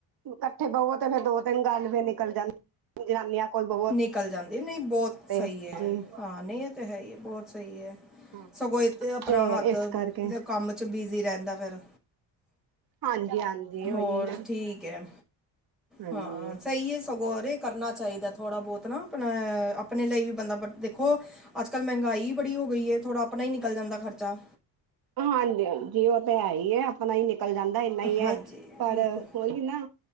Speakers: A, on the right; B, in the centre.
A: ਕੱਠੇ ਬਵੋ ਤੇ ਫੇਰ ਦੋ ਤਿੰਨ ਗੱਲ ਫਫਿਰ ਨਿਕਲ ਜਾਂ ਜਨਾਨੀਆਂ ਕੋਲ ਬਵੋ
B: ਨਿਕਲ ਜਾਂਦੇ ਨਹੀਂ ਬਹੁਤ
A: ਤੇ
B: ਸਹੀ ਐ
A: ਜੀ
B: ਹਾਂ ਨਹੀਂ ਇਹ ਤੇ ਹੈ ਹੀ ਹੈ ਬਹੁਤ ਸਹੀ ਐ।
A: ਹਾਂ
B: ਸਗੋਂ ਇਥੇ ਆਪਣਾ
A: ਤੇ
B: ਹੱਥ
A: ਇਸ ਕਰਕੇ
B: ਕੰਮ ਚ ਬਿਜੀ ਰਹਿੰ ਕਦਾ ਫਿਰ?
A: ਹਾਂਜੀ। ਹਾਂਜੀ
B: ਹੋਰ
A: ਓਹੀ ਐ ਨਾ।
B: ਠੀਕ ਹੈ
A: ਹਾਂਜੀ,
B: ਹਾਂ ਸਹੀ ਐ ਸਭ। ਹੋਰ ਇਹ ਕਰਨਾ ਚਾਹੀਦਾ ਥੋੜਾ ਬਹੁਤ ਨਾ ਅਪਣਾ ਆਪਣੇ ਲਈ ਵੀ ਬੰਦਾ ਬ ਦੇਖੋ ਅੱਜਕਲ ਮਹਿੰਗਾਈ ਬੜੀ ਹੋ ਗਈ ਏ ਥੋੜ੍ਹਾ ਆਪਣਾ ਈ ਨਹੀਂ ਨਿਕਲ ਜਾਂਦਾ ਖਰਚਾ।
A: ਹਾਂਜੀ-ਹਾਂਜੀ ਓ ਤਾਂ ਹੈ ਈ ਐ ਆਪਣਾ ਈ ਨਿ ਕਲ ਜਾਂਦਾ ਏਨਾ ਈ
B: ਹਾਂਜੀ
A: ਐ ਪਰ
B: ਬਿਲਕੁਲ
A: ਓਹੀ ਨਾ